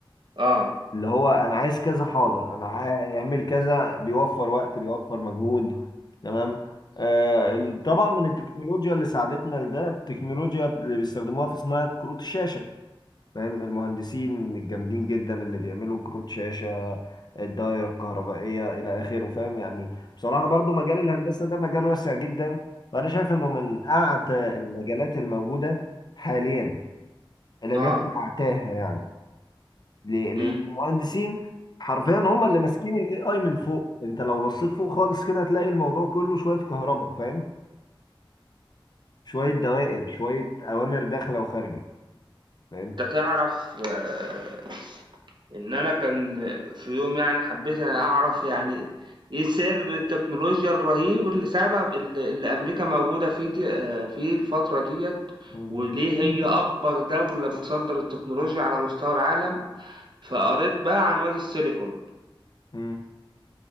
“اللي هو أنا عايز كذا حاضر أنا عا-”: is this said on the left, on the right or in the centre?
Left